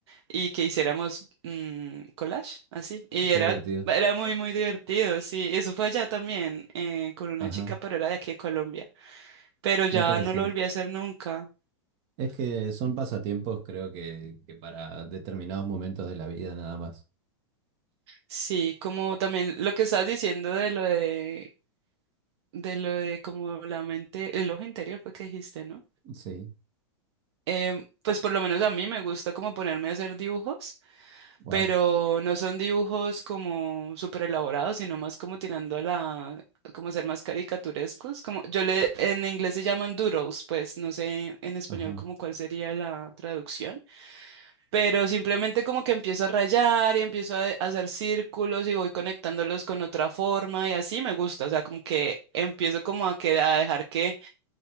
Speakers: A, on the right (about 65°); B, on the right (about 45°).
A: y que hiciéramos mm, collage, así. Y
B: Qué
A: era...
B: divertido.
A: Era muy, muy divertido, sí. Eso fue allá también, eh, con una
B: Ajá,
A: chica, pero era de aquí de Colombia pero
B: qué
A: ya
B: interesante.
A: no lo volví a hacer nunca.
B: Es que son pasatiempos, creo que, que para determinados momentos de la vida nada más.
A: Sí, como también lo que estabas diciendo de lo de, de lo de como la mente, el ojo interior fue que dijiste, ¿no?
B: Sí,
A: Em, pues por lo menos a mí me gusta como ponerme a hacer dibujos,
B: wow.
A: pero no son dibujos como súper elaborados, sino más como tirando a la, como ser más caricaturescos, como yo le, en inglés se llaman doodles, pues no sé en español
B: ajá
A: como cuál sería la traducción pero simplemente como que empiezo a rayar y empiezo a a hacer círculos y voy conectándolos con otra forma y así me gusta, o sea, como que empiezo como a, que, a dejar que,